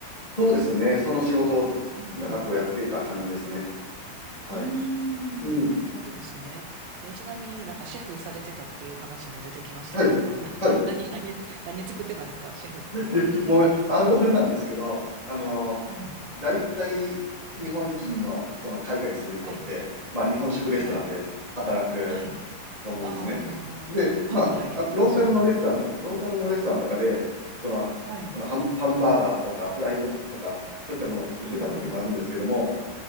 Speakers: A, on the left; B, on the right.
A: そうですね。その仕事を長くやっていた感じですね。
B: うん、うん。
A: はい。
B: うーん、
A: うん。
B: なるほどですね。えー、ちなみになんかシェフされてたっていう話も出てきましたけど、
A: はい。
B: <laughs> な、
A: はい。
B: な、
A: い
B: 何、何、何作ってたんですか、シェフっていうのは。
A: や、もう、あるあるなんですけど、あの
B: はい、
A: ー、大体、日本人の、その海外に住んでる人って、
B: はい、
A: まあ、日本食レストランで働く
B: はい、はい。
A: と思うんですね。
B: ああ、
A: で、まあ、
B: はい、はい、
A: ローカルのレストランと、
B: 確かに。
A: ローカルのレストランとかで、その、
B: はい、
A: そのハンハンバーガーとかフライとか、そういったものを作ってた時もあるんですけども、
B: うん、うん、